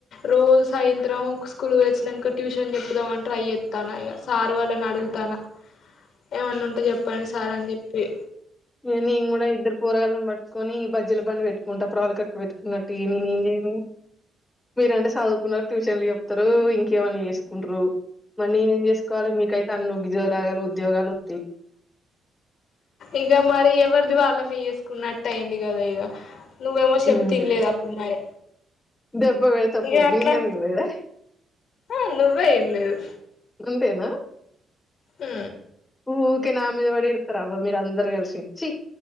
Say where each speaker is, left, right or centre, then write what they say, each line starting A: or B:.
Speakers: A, on the left (about 65°); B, on the left (about 15°).
A: రోజు సాయంత్రం స్కూల్ వోయి వచ్చినాంక ట్యూషన్ చెప్పుదామని ట్రై చేత్తన ఇగ సార్ వాళ్ళని అడుగుతాన ఏమన్నా ఉంటే జెప్పండి సార్ అని జెప్ పే
B: ఏం నేను కూడా ఇద్దరు పోరగాల్లన్ బట్ కొని బజ్జీల బండి వెట్టుకుంటా ప్రవళికక్క వెట్టుకున్నట్టు ఏం ఏం ఏమిజేయను మీరంటే సదువుకున్నారు ట్యూషన్లు ఎప్పు త్తరో ఇంకేమన్నా చేసుకుంట్రు మరి నేనేం చేసుకోవాలి. మీకైతే అన్ని ఉగ్గిజోరాలు ఉద్యోగాలు వత్తయ్.
A: ఇగ మరి ఎవ్వరిది వాళ్ళమే వేసుకున్నట్టు ఐంది గదా ఇగ నువ్వేమో చెప్తే
B: ఉమ్
A: ఇన్లేదు అప్పుడు మరి
B: దెబ్బ పెడతా
A: ఇగ
B: పోరి
A: అట్లా
B: నేనేం వినలేదా
A: ఆ నువ్వే ఇన్లేదు.
B: నా
A: ఊ
B: ఊ ఊకె నా మీద వాడి ఇడతార అవ మీర అందరు కలిసి ఛీ